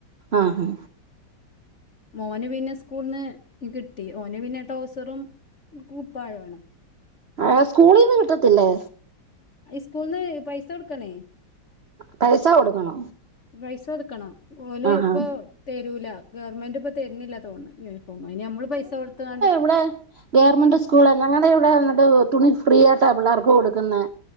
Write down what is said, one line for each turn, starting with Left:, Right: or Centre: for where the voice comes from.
Right: ആഹ് ഹാ..
Left: മോന് പിന്നെ സ്കൂളിന് കിട്ടി ഓനു പിന്നെ ടോസറും കൂപ്പായാണ്.
Right: ആ സ്കൂളിന്ന് കിട്ടത്തില്ലേ.
Left: സ്കൂളിന്ന് പൈസ കൊടുക്കാണേ.
Right: പൈസാ കൊടുക്കണോ.
Left: പൈസ കൊടുക്കണം ഓല്
Right: ആഹ്
Left: ഇപ്പോതരൂല
Right: ആഹ്
Left: ഗവൺമെന്റ് ഇപ്പ തരുന്നില്ല തോന്ന്‌ണ്. ഇനി അമ്മള് പൈസ കൊടുത്താണ്ട്..
Right: ഇവ്ടെ ഗവൺമെന്റ് സ്കൂളാ ഞങ്ങള്ടെ ഇവിടെ ഇങ്ങട് തുണി ഫ്രീ ആയിട്ടാണ് പിള്ളേർക്ക് കൊടുക്കുന്നെ.